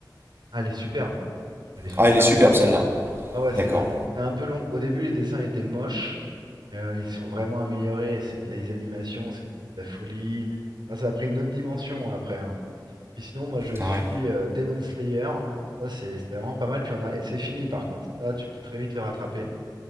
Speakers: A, on the right (about 70°); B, on the right (about 30°).
A: Ah, elle est superbe, elle est superbe.
B: Ah, elle est superbe
A: euh.
B: celle-là.
A: Ouais, ouais, c'est
B: D'accord.
A: bien. C'est un peu long. Au début, les dessins étaient moches, mais euh, ils sont vraiment améliorés. C'est les animations, c'est devenu de la folie. Enfin, ça a pris une autre dimension après. hein. Puis sinon, moi, je suis
B: Ah ouais.
A: euh, Demon Slayer. Alors ça, c'est c'est vraiment pas mal. Puis on a, c'est fini par contre. Ça, tu peux très vite le rattraper.